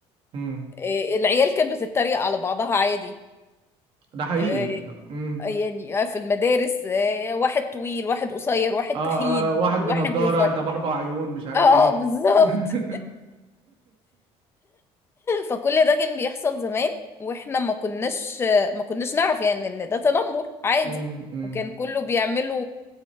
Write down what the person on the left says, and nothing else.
آه، العيال كانت بتتريق على بعضها عادي
آه،
يعني آه، في المدارس آه، واحد طويل واحد قصير واحد
تخين
واحد
رفيع
اه
بالظبط
فكل ده كان بيحصل زمان واحنا ما كناش ما كناش نعرف يعني ان ده تنمر عادي
وكان كله بيعمله